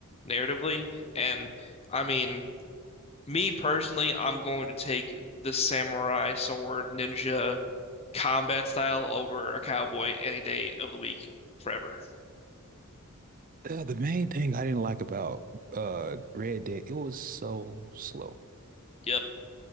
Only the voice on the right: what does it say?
Uh, the main thing I didn't like about uh Red Dead, it was so slow.